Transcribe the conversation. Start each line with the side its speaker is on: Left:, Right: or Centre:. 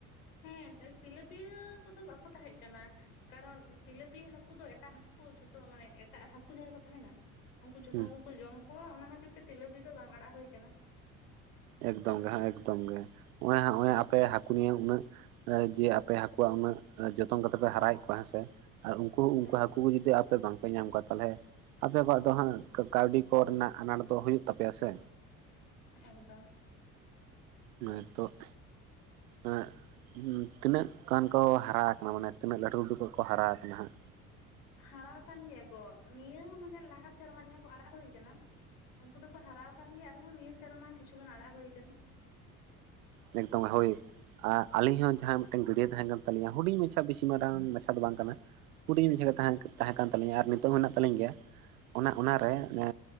Left: ᱦᱮᱸ ᱛᱮᱞᱮᱯᱤᱭᱟᱹ ᱠᱚᱫᱚ ᱵᱟᱠᱚ ᱛᱟᱦᱮᱸᱜ ᱠᱟᱱᱟ᱾ ᱠᱟᱨᱚᱱ ᱛᱮᱞᱮᱯᱤᱭᱟᱹ ᱦᱟᱹᱠᱩ ᱫᱚ ᱮᱴᱟᱜ ᱦᱟᱹᱠᱩ ᱠᱚ ᱡᱷᱚᱛᱚ ᱢᱟᱱᱮ ᱮᱴᱟᱜ ᱦᱟᱹᱠᱩ ᱡᱟᱦᱟᱸᱭ ᱠᱚ ᱛᱟᱦᱮᱱᱟᱼᱼ ᱩᱱᱠᱩ ᱡᱷᱚᱛᱚ
Right: ᱦᱩᱸ
Left: ᱦᱟᱹᱠᱩ ᱠᱚ ᱡᱚᱢ ᱠᱚᱣᱟ ᱚᱱᱟ ᱠᱷᱟᱹᱛᱤᱨ ᱛᱮ ᱛᱮᱞᱮᱯᱤᱭᱟᱹ ᱫᱚ ᱵᱟᱝ ᱟᱲᱟᱜ ᱦᱩᱭ ᱠᱟᱱᱟ᱾
Right: ᱮᱠᱫᱚᱢ ᱜᱮ ᱦᱮ ᱮᱠᱫᱚᱢ ᱜᱮ ᱦᱚᱜᱼᱚᱭ ᱦᱚᱜ-ᱚᱭ ᱟᱯᱮᱼᱼ <unintelligible> ᱩᱱᱟᱹᱜ ᱡᱮ ᱟᱯᱮ ᱦᱟᱹᱠᱩᱣᱟᱜ ᱩᱱᱟᱹᱜ ᱡᱚᱛᱚᱱ ᱠᱟᱛᱮ ᱯᱮ ᱦᱟᱨᱟᱭᱮᱫ ᱠᱚᱣᱟ ᱦᱮᱸᱥᱮ ᱟᱨ ᱩᱱ ᱼᱼ ᱠᱩ ᱩᱱᱠᱩ
Left: ᱦᱮᱸ
Right: ᱦᱟᱹᱠᱩ ᱠᱚ ᱡᱩᱫᱤ ᱟᱯᱮ ᱵᱟᱝᱯᱮ ᱧᱟᱢ ᱠᱚᱣᱟᱼᱼ ᱛᱟᱦᱚᱞᱮ ᱟᱯᱮ ᱠᱚᱣᱟᱜ ᱫᱚ ᱦᱟᱸᱜ ᱠᱟ ᱠᱟᱹᱣᱰᱤ ᱠᱚᱨᱮᱱᱟᱜ ᱟᱱᱟᱴ ᱫᱚ ᱦᱩᱭᱩᱜ ᱛᱟᱯᱮᱭᱟ ᱥᱮᱼᱼ
Left: ᱮᱠᱫᱚᱢ
Right: ᱱᱤᱛᱚᱜ ᱮᱸᱜ ᱼᱼ ᱛᱤᱱᱟᱹᱜ ᱜᱟᱱ ᱠᱚ ᱦᱟᱨᱟ ᱟᱠᱟᱱᱟ? ᱢᱟᱱᱮ ᱛᱤᱱᱟᱹᱜ ᱞᱟᱹᱴᱩ ᱞᱟᱹᱴᱩ ᱠᱚ ᱠᱚ ᱦᱟᱨᱟ ᱟᱠᱟᱱᱟ ᱦᱟᱸᱜ?
Left: ᱦᱟᱨᱟ ᱟᱠᱟᱱ ᱜᱮᱭᱟ ᱠᱚ᱾ ᱱᱤᱭᱟᱹ ᱢᱟᱱᱮ ᱞᱟᱦᱟ ᱥᱮᱨᱢᱟ ᱡᱟᱦᱟᱸ ᱠᱚ ᱟᱲᱟᱜ ᱦᱳᱭ ᱠᱟᱱᱟᱼᱼ ᱩᱱᱠᱩ ᱫᱚᱠᱚ ᱦᱟᱨᱟ ᱟᱠᱟᱱ ᱜᱮᱭᱟ ᱟᱨᱦᱚᱸ ᱱᱤᱭᱟᱹ ᱥᱮᱨᱢᱟ ᱠᱤᱪᱷᱩᱜᱟᱱ ᱟᱲᱟᱜ ᱦᱩᱭ ᱟᱠᱟᱱᱟ᱾
Right: ᱮᱠᱫᱚᱢ ᱦᱳᱭ᱾ ᱟᱨ ᱟᱹᱞᱤᱧ ᱦᱚᱸ ᱡᱟᱦᱟᱸ ᱢᱤᱫᱴᱟᱝ ᱜᱟᱹᱰᱭᱟᱹ ᱛᱟᱦᱮᱸ ᱠᱟᱱ ᱛᱟᱹᱞᱤᱧᱟ ᱦᱩᱰᱤᱧ ᱢᱟᱪᱷᱟ ᱵᱮᱥᱤ ᱢᱟᱨᱟᱝ ᱢᱟᱪᱷᱟ ᱫᱚ ᱵᱟᱝ ᱠᱟᱱᱟᱼᱼ ᱦᱩᱰᱤᱧ ᱢᱟᱪᱷᱟ ᱜᱮ ᱛᱟᱦᱮᱸ ᱛᱟᱦᱮᱸ ᱠᱟᱱ ᱛᱟᱹᱞᱤᱧᱟ ᱟᱨ ᱱᱤᱛᱚᱜ ᱦᱚᱸ ᱢᱮᱱᱟᱜ ᱛᱟᱹᱞᱤᱧ ᱜᱮᱭᱟ ᱚᱱᱮ ᱚᱱᱟᱨᱮ ᱮᱼᱼ